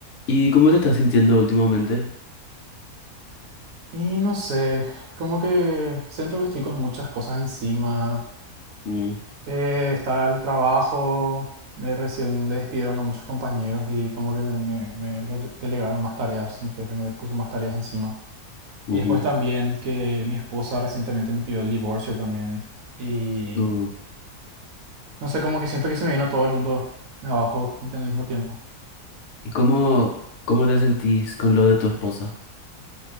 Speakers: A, on the left; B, on the right.
A: ¿Y cómo te estás sintiendo últimamente?
B: Y no sé, como que siento que estoy con muchas cosas encima.
A: Mm,
B: Eh, está el trabajo, eh, recién le despidieron a muchos compañeros y como que me, me- me re- delegaron más tareas, mi jefe me puso más tareas encima.
A: ujú,
B: Y después también que mi esposa recientemente me pidió el divorcio también. Y
A: uh.
B: no sé, como que siento que se me vino todo el mundo abajo en el mismo tiempo.
A: ¿Y cómo, cómo te sentís con lo de tu esposa?